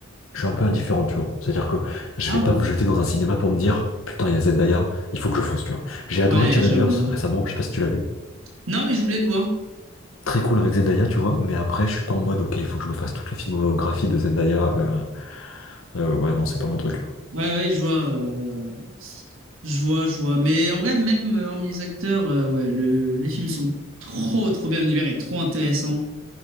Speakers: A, on the left; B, on the right.
A: je suis un peu indifférent, tu vois. C'est-à-dire que je
B: Ah
A: vais
B: ouais.
A: pas me jeter dans un cinéma pour me dire, putain, il y a Zendaya, il faut que je fonce, tu vois. J'ai adoré
B: Ouais,
A: Challengers
B: j'avoue, en vrai.
A: récemment, je sais pas si tu l'as vu.
B: Non, mais je voulais le voir.
A: Très cool avec Zendaya, tu vois, mais après, je suis pas en mode, ok, il faut que je me fasse toute la filmographie de Zendaya. euh, euh, ouais, non, c'est pas mon truc.
B: Ouais, ouais, je vois. euh, Je vois, je vois. Mais en vrai, même euh, hormis les acteurs, euh, ouais, le- les films sont trop, trop bien. L'univers est trop intéressant.